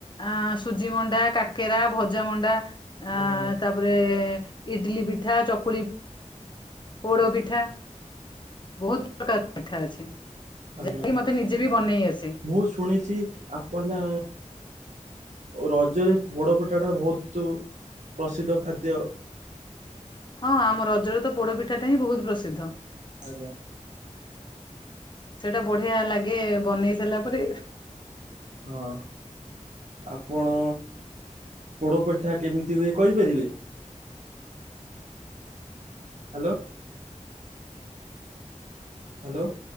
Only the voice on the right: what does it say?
ହଁ।
ଆଜ୍ଞା
ମୁଁ ଶୁଣିଛି ଆ ହେଲା ରଜରେ ପୋଡ଼ ପି ଠାଟା ବହୁତ ପ୍ରସିଦ୍ଧ ଖାଦ୍ୟ।
ଆଜ୍ଞା।
ହଁ। ଆପଣ ପୋଡ଼ପିଠା କେମିତି ହୁଏ କହିପାରିବେ? ହ୍ୟାଲୋ। ହ୍ୟାଲୋ